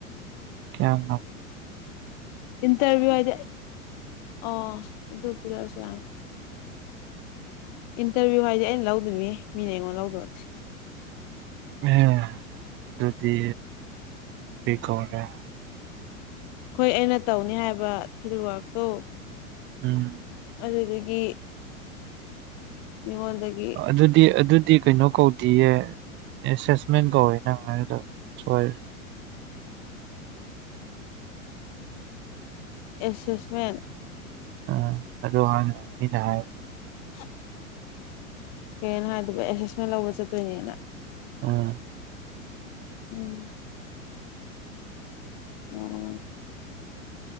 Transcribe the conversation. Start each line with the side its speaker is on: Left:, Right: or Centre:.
Right: ꯀꯌꯥ
Left: ꯏꯟꯇꯔꯚꯤꯌꯨ ꯍꯥꯏꯗꯤ ꯑꯣ ꯑꯗꯨ ꯄꯤꯔꯛꯑꯁꯨ ꯌꯥꯅꯤ ꯏꯟꯇꯔꯚꯤꯌꯨ ꯍꯥꯏꯗꯤ ꯑꯩꯅ ꯂꯧꯗꯣꯏꯅꯦ ꯃꯤꯅꯦ ꯑꯩꯉꯣꯟꯗ ꯂꯧꯗꯁꯤ
Right: <unintelligible> ꯑꯗꯨꯗꯤ ꯑꯩ ꯀꯧꯔꯦ
Left: ꯑꯩꯈꯣꯏ ꯑꯩꯅ ꯇꯧꯅꯤ ꯍꯥꯏꯕ ꯐꯤꯜ ꯋꯥꯔꯛꯇꯣ
Right: ꯎꯝ
Left: ꯑꯗꯨꯗꯒꯤ ꯃꯤꯉ ꯑꯣꯗꯗꯒꯤ
Right: ꯑꯗꯨꯗꯤ ꯑꯗꯨꯗꯤ ꯀꯩꯅꯣ ꯀꯧꯗꯌꯦ ꯑꯦꯁꯦꯁꯃꯦꯟ ꯀꯧꯋꯦ ꯅꯪ ꯍꯥꯏꯥꯏꯔꯗ ꯁꯣꯏꯔꯦ
Left: ꯑꯦꯁꯦꯁꯃꯦꯟ
Right: ꯑ ꯑꯗꯨ ꯍꯅ ꯍꯥꯏ
Left: ꯍꯠ ꯀꯩꯅꯣ ꯍꯥꯏꯗꯕ ꯑꯦꯁꯦꯁꯃꯦꯟ ꯂꯧꯕ ꯆꯠꯇꯣꯏꯅꯦꯅ
Right: ꯎꯝ
Left: ꯎꯝ ꯎꯝ